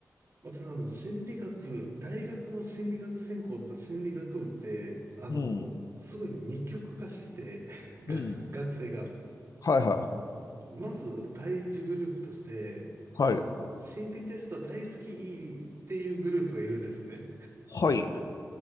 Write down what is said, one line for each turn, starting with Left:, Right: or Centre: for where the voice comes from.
Right: まあ、ただ、あの、心理学、大学の心理学専攻とか心理学部って、あの、
Left: うん、
Right: すごい二極化してて、<laughs> 学、
Left: うん。
Right: 学生が。
Left: はい、はい、
Right: まず第一グループとして、
Left: はい、
Right: 心理テスト大好きっていうグループがいるんですよね。
Left: はい、